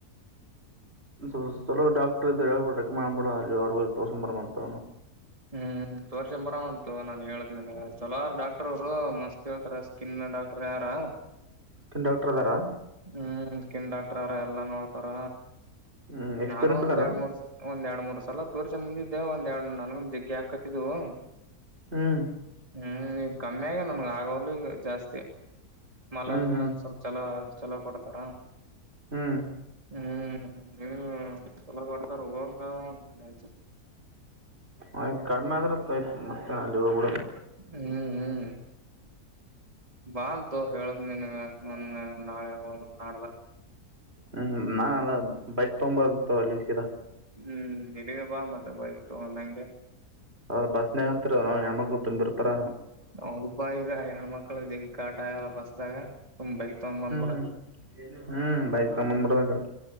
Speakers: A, on the right (about 40°); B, on the right (about 20°).
A: ಸ್ವಲ್ಪ್ ಚಲೋ ಡಾಕ್ಟರ್ ಇದ್ರ ಹೇಳ್ಬಿಡ ರೆಕಮೆಂಡ್ ಮಾಡ್ಬಿಡ ಅಲ್ಲಿ ಅವರ್ ಬಲ್ಲಿ ತೋರಿಸ್ಕೊಂಡ ಬರಾಮ್ ಅಂತ
B: ಹ್ಮ್ ತೋರಸ್ಕೊಂಡ ಬರಾಮಂತೊ ನಾನ್ ಹೇಳಿತಿನ್ ಅಂತ್ ಚಲೋ ಹಾರ್ ಡಾಕ್ಟರ್ ಅವ್ರು ಮಸ್ತ್ ಹೇಳ್ತಾರ ಸ್ಕಿನ್ ಡಾಕ್ಟರೆ ಹರಾ
A: ಸ್ಕಿನ್ ಡಾಕ್ಟರ್ ಅದಾರಾ
B: ಹ್ಮ್ ಸ್ಕಿನ್ ಡಾಕ್ಟರ ಹರಾ ಎಲ್ಲಾ ನೋಡ್ತಾರ
A: ಹ್ಮ್ ಎಕ್ಸ್ಪೀರಿಯನ್ಸ್
B: ನಾನು ಒಂದ್
A: ಅದಾರ
B: ಎರಡ ಮೂರ್ ಸ್ ಒಂದ್ ಎರಡ ಮೂರ್ ಸ್ ಸಲಾ ತಿರಸ್ಕೊಂಡ್ ಬಂದಿದ್ಯಾ ಒಂದ್ ಎರಡ್ ನನ್ಗ ಜಗ್ಗಿ ಆಕತ್ತಿದ್ದವು
A: ಹ್ಮ್
B: ಹ್ಮ್ ಈಗ್ ಕಮ್ಮಿ ಆಗ್ಯವ ನ ಆಗವಲ್ಲೂ ಈಗಾ ಜಾಸ್ತಿ ಮಲಮ್
A: ಹ್ಮ್
B: ಗಿಲಮ್
A: ಹ್ಮ್
B: ಸ್ವಲ್ಪ ಚಲೋ ಹಚ್ ಚಲೋ ಕೊಡ್ತಾರಾ
A: ಹ್ಮ್
B: ಹ್ಮ್ ಹ್ಮ್ ಚಲೋ ಕೊಡ್ತಾರ ಹೊಗಾಂಗ್ ಅದಾ ನೋಡ್
A: ಆಯ್ತ್ ಕಡಿಮೆ ಆದ್ರ ಆಯ್ತು ಮತ್ತ ಅಲ್ಲಿ ಹೋಗ್ಬಿಡೋದು
B: ಹ್ಮ್ ಹ್ಮ್ ಬಾಂತೊ ಹೇಳದ ನಿನಗ ಒಂದ ನಾಳೆ ಹೋಗೋದ್ ನಾಡ್ದ
A: ಹ್ಮ್ ನಾನ್ ಅದ ಬೈಕ್ ತೊಗೊಂಡ ಬರ್ತೋ ಅಲ್ಲೆ ಸಿದಾ
B: ಹ್ಮ್ ನಿಡಗ ಬಾ ಮತ್ತ ಬೈಕ್ ತೊಗೊಂಡ ಹಂಗೆ
A: ಅ ಬಸ್ನಾಗಂತ್ರು ಅ ಹೆಣ್ಣ ಮಕ್ಳು ತುಂಬಿರ್ತರ
B: ಹೌದ ಪಾ ಈಗಾ ಹೆಣ್ಣ ಮಕಳ್ಳು ಮಕ್ಕಳ ಜಗ್ಗಿ ಕಾಟಾ ಆಗ್ಯದ ಬಸ್ದಾಗ ಸುಮ್ ಬೈಕ್ ತಗೊಂಡ್ ಬಂದ್ಬಿಡಕ್
A: ಹ್ಮ್ ಹ್ಮ್ ಬೈಕ್ ತಗಂಡ್ ಬಂದ್ ಬಿಡೋದು ಅಕಡಿ